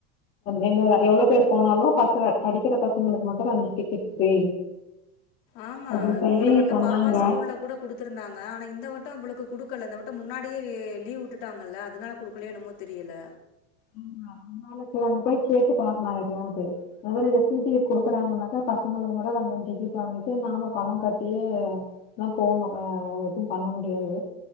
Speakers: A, on the left (about 30°); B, on the left (about 45°).
A: இன்னொரு எவ்ளோ பேரு போனாலு பசங்க படிக்கிற பசங்களுக்கு மட்டு த ரெண்டு டிக்கட் ஃப்ரீ
B: ஆமா
A: அப்படின்னு சொல்லி
B: போன வட்டம்
A: சொன்னாங்க.
B: பாப்பா ஸ்கூல்ல கூட குடுத் கொடுத்துருந்தாங்க ஆனா இந்த வட்டம் இவளுக்கு கொடுக்கல இந்த வட்டம் முன்னாடியே லீவ் விட்டுட்டாங்கல்ல அதனால கொடுக்கலையோ என்னமோ தெரியல
A: ஆமா அம்மாளுக்கு அங்க போய் கேட்டு பாக்கலா எதயாவது <unintelligible> டிக்கெட் குடுக்குறாங்கன்னா பசங்களுக்கு மட்டு டிக்கெட் வாங்கிட்டு நாம பழம் கட்டி போணு ஆ எது பண்ண முடியாது